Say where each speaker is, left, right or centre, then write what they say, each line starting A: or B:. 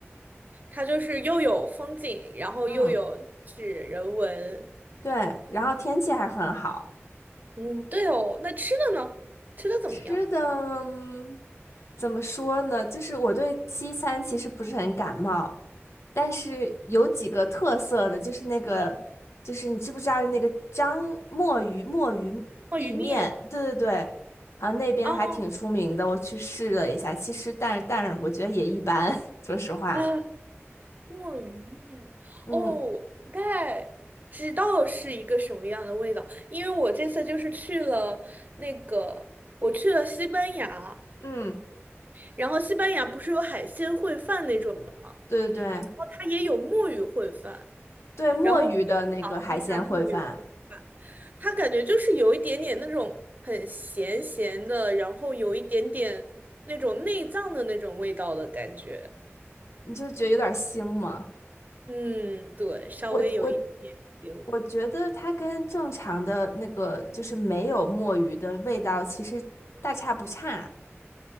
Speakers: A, on the right (about 40°); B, on the left (about 70°).
A: 它就是又有风景，然后又有是人文。
B: 嗯，对，然后天气还很好。
A: 嗯，对哦。那吃的呢？吃的怎么样呢？
B: 吃的，嗯怎么说呢？就是我对西餐其实不是很感冒，但是有几个特色的，就是那个，就是你知不知道那个章墨鱼墨鱼意面？
A: 哦，鱼面。
B: 对对对，好像那边还挺出名的，
A: 哦，
B: 我去试了一下，其实但但是我觉得也一般，<laughs> 说实话。
A: 啊墨鱼面，
B: 嗯
A: 哦，我大概知道是一个什么样的味道，因为我这次就是去了那个，我去了西班牙，
B: 嗯，
A: 然后西班牙不是有海鲜烩饭那种的吗？
B: 对对对
A: 然后它也有墨鱼烩饭，
B: 对，墨鱼的那个海鲜烩饭，
A: 然后我就尝了一下墨鱼烩饭，它感觉就是有一点点那种很咸咸的，然后有一点点那种内脏的那种味道的感觉。
B: 你就是觉得有点腥嘛，
A: 嗯，对，稍微有一点腥。
B: 我我我觉得它跟正常的那个就是没有墨鱼的味道，其实大差不差。